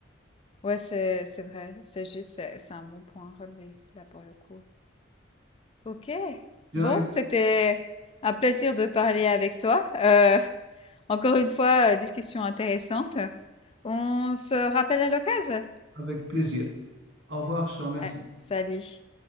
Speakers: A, on the left (about 30°); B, on the right (about 65°).
A: Ouais, c'est c'est vrai, c'est juste, c'est c'est un bon point relevé là pour le coup. Ok.
B: Bien,
A: Bon,
B: et
A: c'était un plaisir de parler avec toi. Euh, encore une fois, euh, discussion intéressante. On se rappelle à l'occasion.
B: avec plaisir. Au revoir, je te remercie.
A: Ah, salut.